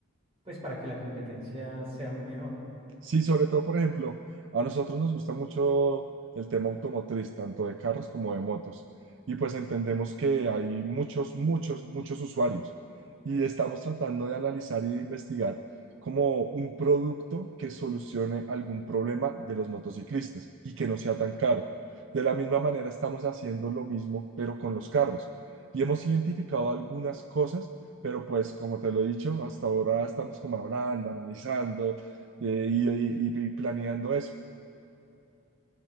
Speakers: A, on the right; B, on the right.
A: pues para que la competencia sea menor.
B: Sí, sobre todo, por ejemplo, a nosotros nos gusta mucho el tema automotriz, tanto de carros como de motos. Y pues entendemos que hay muchos, muchos, muchos usuarios. Y estamos tratando de analizar y de investigar como un producto que solucione algún problema de los motociclistas y que no sea tan caro. De la misma manera, estamos haciendo lo mismo, pero con los carros. Y hemos identificado algunas cosas, pero pues como te lo he dicho, hasta ahora estamos como hablando, analizando eh, y, y- y planeando eso.